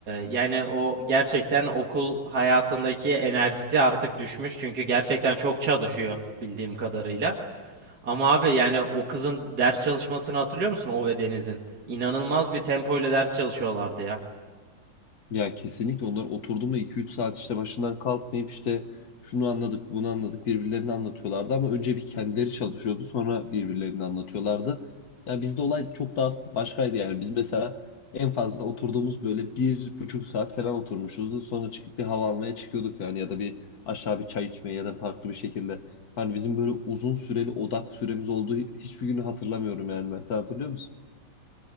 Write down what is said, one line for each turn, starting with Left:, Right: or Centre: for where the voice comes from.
Right: yani o gerçekten okul hayatındaki enerjisi artık düşmüş. Çünkü gerçekten çok çalışıyor bildiğim kadarıyla. Ama abi yani o kızın ders çalışmasını hatırlıyor musun? O ve Deniz'in. İnanılmaz bir tempoyla ders çalışıyorlardı ya.
Left: Ya kesinlikle onlar oturdu mu iki üç saat işte başından kalkmayıp işte şunu anladık bunu anladık birbirlerini anlatıyorlardı ama önce bir kendileri çalışıyordu sonra birbirlerini anlatıyorlardı. Yani bizde olay çok daha başkaydı yani biz mesela en fazla oturduğumuz böyle bir buçuk saat falan oturmuşuzdu sonra çıkıp bir hava almaya çıkıyorduk yani ya da bir aşağı bir çay içmeye ya da farklı bir şekilde. Hani bizim böyle uzun süreli odak süremiz olduğu hiçbir günü hatırlamıyorum yani ben sen hatırlıyor musun?